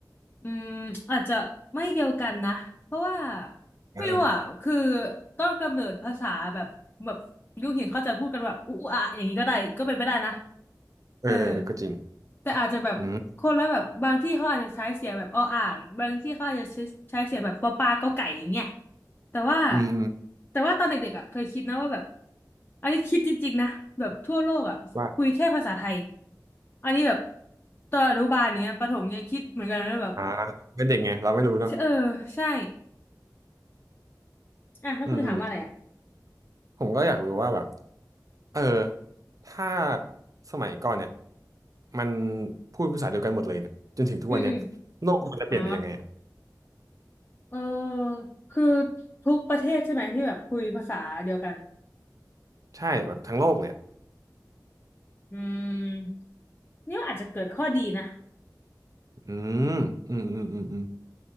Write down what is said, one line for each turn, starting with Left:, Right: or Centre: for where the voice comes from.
Left: อืมอาจจะไม่เดียวกันนะเพราะว่า
Right: อ่า
Left: ไม่รู้อ่ะคือต้นกำเนิดภาษาแบบแบบยุคหินเขาจะพูดกันแบบอุอะอย่างนี้ก็ได้ก็เป็นไปได้นะ
Right: เออเออเออก็จริง
Left: เออแต่อาจจะแบบคนละแบบบางที่เขาอาจจะใช้เสียงแบบออ่างบางที่เขาอาจจะใช้ใช้เสียงแบบปอปลาก็ไก่อย่างเงี้ย
Right: อืม
Left: แต่ว่า
Right: อืมอืม
Left: แต่ว่าตอนเด็กๆอ่ะเคยคิดนะว่าแบบอันนี้คิดจริงๆนะแบบทั่วโลกอ่ะคุยแค่ภาษาไทย
Right: ว่า
Left: อันนี้แบบตอนอนุบาลอย่างเงี้ยประถมเนี้ยคิดเหมือนกันนะแบบ
Right: อ่าเป็นเด็กไงเราไม่รู้เนาะ
Left: เออใช่อ่ะแล้วคุณจะถามว่าอะไรอ่ะ
Right: อืมอืมผมก็อยากรู้ว่าแบบเออถ้าสมัยก่อนเนี่ยมันพูดภาษาเดียวกันหมดเลยเนี่ยจนถึงทุกวันเนี่ยโลกมันจะเปลี่ยนไปยังไงอ่ะ
Left: อืมอืมอ๋อเออคือทุกประเทศใช่ไหมที่แบบคุยภาษาเดียวกัน
Right: ใช่แบบทั้งโลกเลยอะ
Left: อืมนี่ว่าอาจจะเกิดข้อดีนะ
Right: อืมอืมอืมอืมอืม